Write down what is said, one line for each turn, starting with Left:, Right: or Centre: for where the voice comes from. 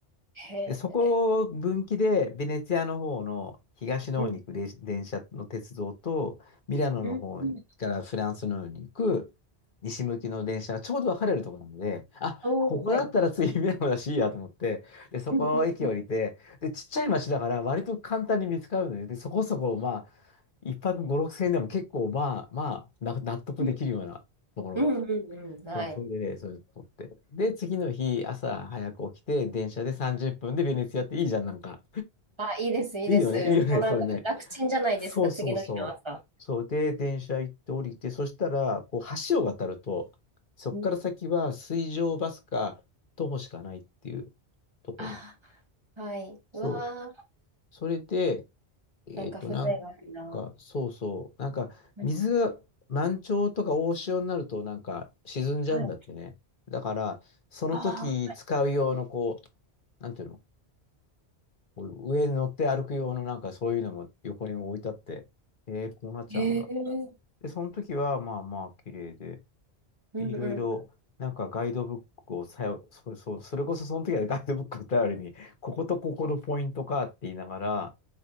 Right: へえ、
Left: で、そこを分岐で、ベネツィアの方の東の方に行くれ電車の鉄道と、
Right: うん。
Left: ミラノの方からフランスの方に行く西向きの電車がちょうど分かれるところなので、
Right: うんうん。
Left: あ、
Right: おー、
Left: ここだったら次ミラノだしいいやと思って、
Right: はい。
Left: で、そこの駅降りて、
Right: うんうん
Left: で、ちっちゃい町だから割と簡単に見つかるので、でそこそこ、まあ、一泊5、6千円でも結構、まあまあ、な納得できるようなところが。
Right: うん。うんうんうん。はい。
Left: そう、それでね、それ撮って。で、次の日、朝早く起きて、電車で30分でベネツィアっていいじゃん、なんか。
Right: あ、いいです、いいです。
Left: いいよね、いいよね、
Right: もうなんか楽ちんじゃないですか、
Left: それね。そうそうそう。
Right: 次の日の朝。
Left: そう、で、電車行って降りて、そしたら、こう、橋を渡ると、そこから先は水上バスか徒歩しかないっていうところ。
Right: うん。あ、はい。
Left: そう。
Right: うわー、
Left: それで、えっと、
Right: なんか風情があるな。
Left: なんか、そうそう。なんか、
Right: うん
Left: 水が満潮とか大潮になると、なんか、沈んじゃうんだってね。
Right: はい
Left: だから、その時使う用の、
Right: ああ、
Left: こう、なんていうの、こう上に乗って歩く用の、なんか、そういうのも横に置いてあって、えー、こうなっちゃうんだ。
Right: へえ。
Left: で、その時は、まあまあ、綺麗で、
Right: うんうん。
Left: で、いろいろ、
Right: い
Left: なんか、ガイドブックをさよ、それ、そう、それこそ、その時はねガイドブックを頼りに、こことここのポイントかって言いながら、